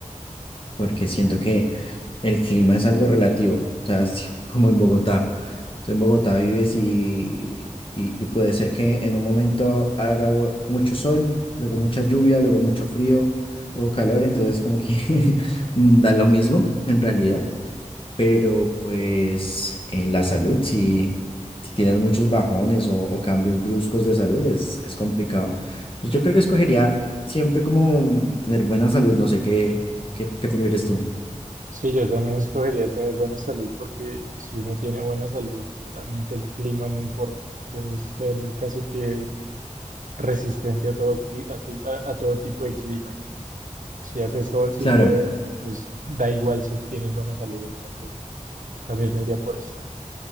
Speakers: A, on the left; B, on the right.
A: porque siento que el clima es algo relativo, o sea, es <laughs> como en Bogotá. Tú en Bogotá vives y, y- y puede ser que en un momento haga bu- mucho sol, luego mucha lluvia, luego mucho frío, luego calor, entonces como que <laughs> da lo mismo en realidad. Pero pues en la salud, si, si tienes muchos bajones o, o cambios bruscos de salud, es, es complicado. pues yo creo que escogería siempre como tener buena salud, no sé qué, qué, qué prefieres tú.
B: Sí, yo también escogería tener buena salud porque si uno tiene buena salud, realmente el clima no importa. Puedes ser casi que resistente a todo, cli- a, ti- a- a todo tipo de clima. Y si hace sol, si
A: Claro,
B: llueve, pues da igual si tienes buena salud. Entonces, también me iría por eso.